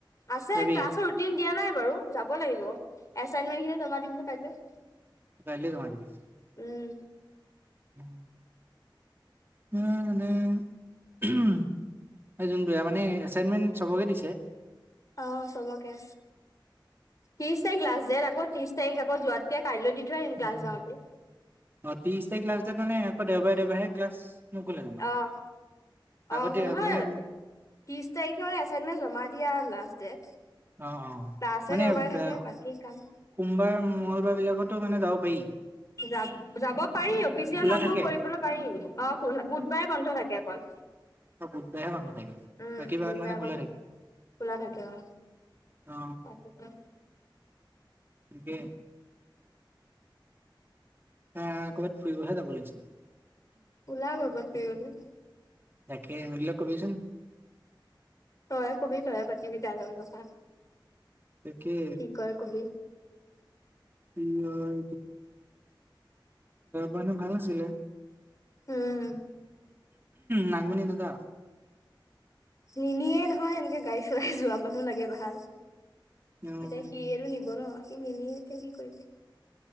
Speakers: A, on the left (about 40°); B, on the right (about 25°).
A: আছে
B: যাবি
A: ক্লাছৰ ৰুটিন দিয়া নাই বাৰু। যাব লাগিব এচাইনমেন্ট খিনি জমা দিমগ কাইলৈ।
B: কাইলৈ যমা দিবি
A: উম।
B: উম। উম, হম <unintelligible> সেই জোনটোৱে মানে এচাইনমেন চবকে দিছে?
A: অ', চবকে ত্ৰিশ তাৰিখ লাষ্ট ডট আকৌ ত্ৰিছ তখ তাইক আক যোৱাতকে কাইলৈ দি থৈ আহিম ক্লাছ
B: উ,
A: যাওঁতে
B: অ', ত্ৰিশ তাৰিখ ক্লাছ যে তানে আকৌ দেওবাৰে দেওবাৰোহে ক্লাছ। নকৰিলে জানো
A: অ',
B: আগতে
A: অ', নহয়।
B: মানে
A: ত্ৰিশ তাৰিখে মানে এছাইনমেন্ট জমা দিয়া লাষ্ট ডেট।
B: অ', অ',
A: ক্লাছে
B: মানে
A: দেওবাৰে
B: সোমবাৰ
A: থাকে বাকী কাম
B: মঙ্গলবাৰ বিলাকত টো মানে যাব পাৰি।
A: যাব - যাব পাৰি অফিচিয়েল
B: খোলা
A: কাম
B: থাকে
A: বোৰ কৰিবলৈ পাৰি অ, বুধবাৰে বন্ধ থাকে অকল।
B: অ' বুধবাৰেহে বন্ধ থাকে
A: উম,
B: বাকী বাৰত
A: বুধবাৰ
B: মানে খোলা
A: <unintelligible>
B: থাকে
A: খোলা থাকে অ,
B: অ
A: তাক এতিয়া
B: কি? আহ ক'বাত ফুৰিবহে যা'ব লাগছিল।
A: উলা গৈ <unintelligible>
B: তাকে মৰিল কবিচোন
A: তই কবি তইয়ে পাতিবি তাৰ লগত কথা।
B: তাকে।
A: কি কয় কবি
B: কি হয় মানে ভাল আছিলে।
A: উম
B: নাগ মনি দাদা
A: নিনিয়ে নহয় এনেকে গাড়ী চলাই যোৱা মানুহ লাগে ভাল
B: উম
A: এতিয়া সি আৰু নিব ন সি নিনিয়ে এতিয়া কি কৰিব।